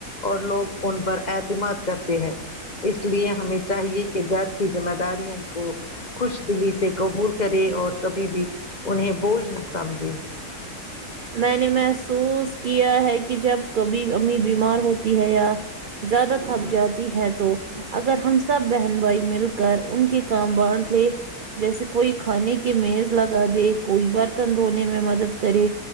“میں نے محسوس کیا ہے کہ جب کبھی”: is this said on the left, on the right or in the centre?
Right